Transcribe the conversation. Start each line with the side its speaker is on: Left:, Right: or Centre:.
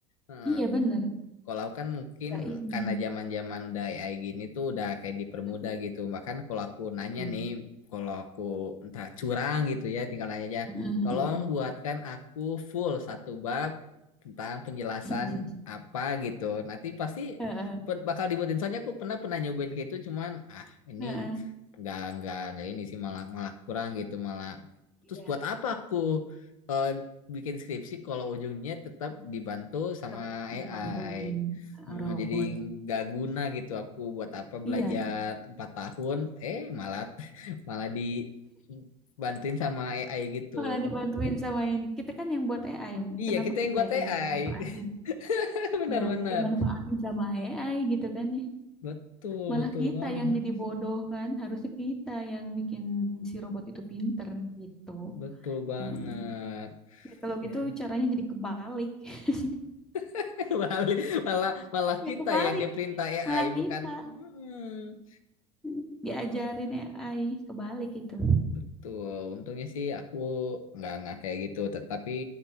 Left: Eh,
Centre: Iya bener.
Left: kalau aku kan mungkin
Centre: Ya ini.
Left: karena zaman-zaman udah AI gini tuh udah kayak dipermudah
Centre: Mm-mm,
Left: gitu. Bahkan kalau aku
Centre: mm-mm,
Left: nanya nih, kalau aku entah curang gitu ya, tinggal nanya aja,
Centre: mm-mm, mm-mm.
Left: tolong buatkan aku full satu bab tentang penjelasan
Centre: <laughs>
Left: apa gitu. Nanti pasti
Centre: Heeh,
Left: pe- bakal dibuatin. Soalnya aku pernah pernah nyobain kayak itu, cuman ah ini
Centre: heeh.
Left: nggak nggak nggak ini sih malah malah kurang gitu malah.
Centre: Iya.
Left: Terus buat apa aku? eh, bikin skripsi kalau ujungnya tetap dibantu sama
Centre: tetap dibantuin
Left: AI.
Centre: uh,
Left: Mm,
Centre: robot.
Left: Jadi gak guna gitu aku buat apa
Centre: Iya,
Left: belajar empat tahun, eh malah <laughs> malah dibantuin sama AI gitu.
Centre: malah dibantuin sama ini. Kita kan yang buat AI,
Left: Iya
Centre: kenapa
Left: kita yang
Centre: kita
Left: buat AI,
Centre: yang dimanfaatin?
Left: <laughs> benar-benar
Centre: Ya, dimanfaatin sama AI gitu kan ya.
Left: betul
Centre: Malah
Left: betul
Centre: kita
Left: banget,
Centre: yang jadi bodoh kan, harusnya kita yang bikin si robot itu pinter gitu.
Left: betul banget.
Centre: mm Ya, kalau gitu
Left: Ya.
Centre: caranya jadi kebalik. <laughs>
Left: <laughs> Malah malah malah kita
Centre: Ya kebalik,
Left: yang diperintah AI
Centre: malah
Left: bukan.
Centre: kita
Left: Mm-mm.
Centre: mm, diajarin AI kebalik gitu.
Left: Betul, untungnya sih aku nggak nggak kayak gitu. Tetapi